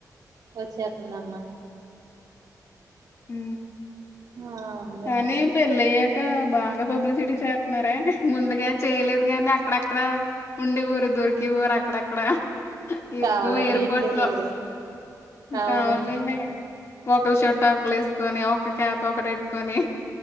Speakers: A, on the right; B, on the left.
A: వచ్చేస్తుందమ్మా
B: ఉ
A: ఆ ఉంది
B: కానీ పెళ్ళి అయక్ ఇంకా బాగా పబ్లిసిటీ చేస్తున్నారే ముందుగా చేయలేదు కానీ అక్కడక్కడ ఉండిఉరు దొరికిఉరు అక్కడక్కడ ఎక్కువ
A: కావాలని
B: ఎయిర్పోర్ట్
A: లీక్ చేసేవారు
B: లో
A: అవును
B: కావాలనే ఒకళ షట్ ఒకళ వేసుకొని ఒక క్యాప్ ఒకటి పెట్టుకొని